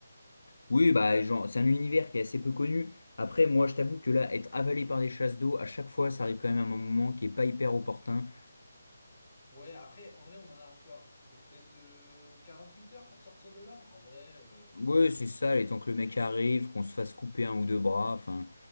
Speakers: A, on the left (about 80°); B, on the left (about 20°).
A: Oui, bah genre, c'est un univers qui est assez peu connu. Après, moi, je t'avoue que là, être avalé par des chasses d'eau, à chaque fois, ça arrive quand même à un moment qui est pas hyper opportun.
B: Ouais, après, en vrai, on en a encore pour peut-être euh, huit heures pour sortir de là. En vrai, euh,
A: Ouais, c'est ça, les temps que le mec arrive, qu'on se fasse couper un ou deux bras, enfin,